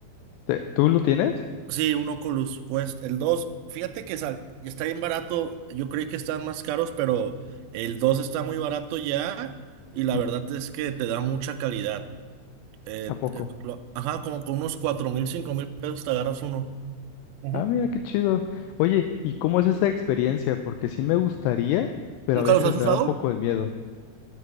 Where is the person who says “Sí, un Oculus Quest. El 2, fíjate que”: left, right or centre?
Right